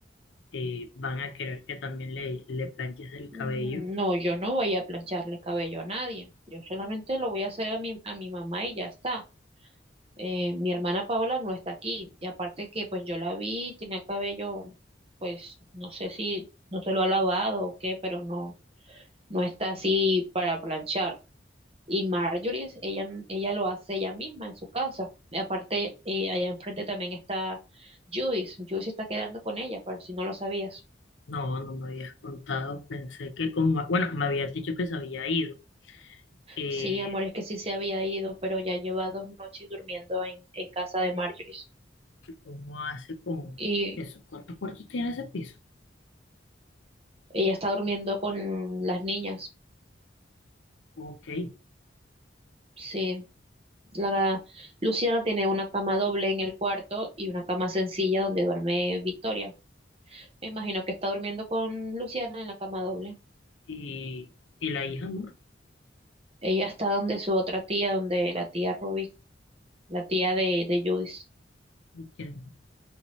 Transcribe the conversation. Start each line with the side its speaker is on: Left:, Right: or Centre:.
Left: eh, van a querer que también le, le planches el cabello
Right: Mm, No, yo no voy a plancharle cabello a nadie. Yo solamente lo voy a hacer a mi, a mi mamá y ya está. Eh, mi hermana Paola no está aquí. Y aparte que, pues, yo la vi, tenía cabello, pues, no sé si no se lo ha lavado o qué, pero no, no está así para planchar. Y Marjorie, ella, ella lo hace ella misma en su casa. Y aparte, eh, allá enfrente también está Judith. Judith se está quedando con ella, ¿por si no lo sabías.
Left: No, no me habías contado. Pensé que como Bueno, me habías dicho que se había ido. Eh,
Right: Sí, amor, es que sí se había ido, pero ya lleva dos noches durmiendo en, en casa de Marjorie.
Left: ¿cómo hace con
Right: Y
Left: eso? ¿Cuántos cuartos tiene ese piso?
Right: ella está durmiendo con las niñas.
Left: Ok.
Right: Sí, la Luciana tiene una cama doble en el cuarto y una cama sencilla donde duerme Victoria. Me imagino que está durmiendo con Luciana en la cama doble.
Left: ¿Y, y la hija, amor?
Right: Ella está donde su otra tía, donde la tía Ruby, la tía de, de Judith.
Left: ¿Quién-